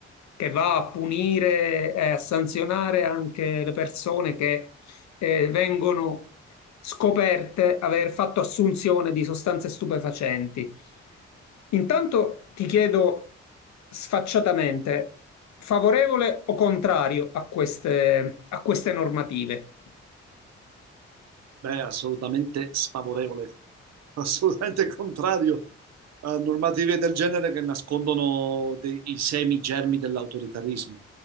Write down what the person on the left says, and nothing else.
che va a punire e a sanzionare anche le persone che eh, vengono scoperte aver fatto assunzione di sostanze stupefacenti. Intanto ti chiedo sfacciatamente, favorevole o contrario a queste, a queste normative?